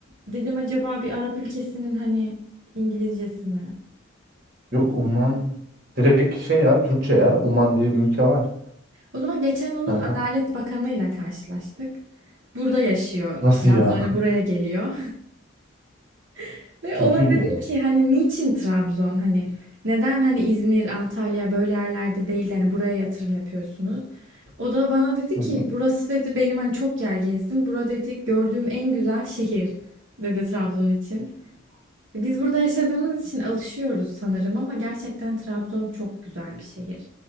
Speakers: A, on the right; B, on the right.
A: Dedim acaba bir Arap ülkesinin hani İngilizcesi mi?
B: Yok Umman direkt şey ya Türkçe ya. Umman diye bir ülke var.
A: O zaman geçen onun
B: Hı hı.
A: Adalet Bakanı'yla karşılaştık. Burada yaşıyor.
B: Nasıl
A: Yazları
B: ya?
A: buraya geliyor. <laughs> Ve
B: Çok
A: ona
B: ilginç.
A: dedim ki hani niçin Trabzon? Hani neden hani İzmir, Antalya böyle yerlerde değil de hani buraya yatırım yapıyorsunuz? O da bana dedi
B: Hı
A: ki
B: hı.
A: burası dedi benim hani çok yer gezdim. Bura dedi gördüğüm en güzel şehir dedi Trabzon için. Biz burada yaşadığımız için alışıyoruz sanırım ama gerçekten Trabzon çok güzel bir şehir.